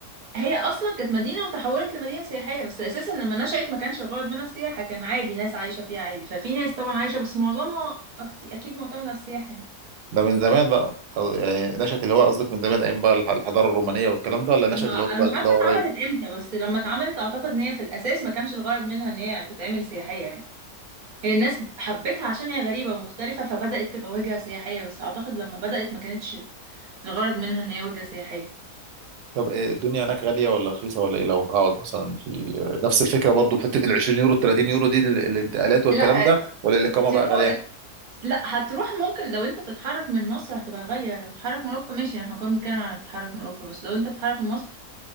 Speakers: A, on the right; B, on the right.
A: هي اصلا كانت مدينه وتحولت لمدينه سياحيه بس اساسا لما نشأت ما كانش الغرض منها السياحه كان عادي ناس عايشه فيها عادي ففي ناس طبعا عايشه بس معظمها أكت- اكيد معتمده على السياحه يعني
B: ده من زمان بقى خلاص، يعني نشأت الهوايه قصدك من زمان ايام بقى الح- الحضاره الرومانيه والكلام ده ولا نشأت
A: ما-
B: الهوايه
A: انا
B: دلوقتي
A: مش عارفه
B: اللي هو
A: اتعملت
B: قريب
A: امتى بس لما اتعملت اعتقد ان هي في الاساس ما كانش الغرض منها ان هي تتعمل سياحيه يعني هي الناس حبتها عشان هي غريبه ومختلفه فبدأت تبقى وجهه سياحيه بس اعتقد لما بدأت ما كانتش الغرض منها ان هي وجهه سياحيه
B: طب إيه، الدنيا هناك غاليه ولا رخيصه ولا ايه لو هقعد مثلا في نفس الفكره برضو حته ال 20 يورو ال 30 يورو دي ال- الانتقالات والكلام
A: لا
B: ده ولا الاقامه
A: تروح
B: بقى غاليه
A: لا هتروح ممكن لو انت بتتحرك من مصر هتبقى غالية لو بتتحرك من اوروبا ماشي احنا كنا بنتكلم عن التحرك من اوروبا بس لو انت بتتحرك من مصر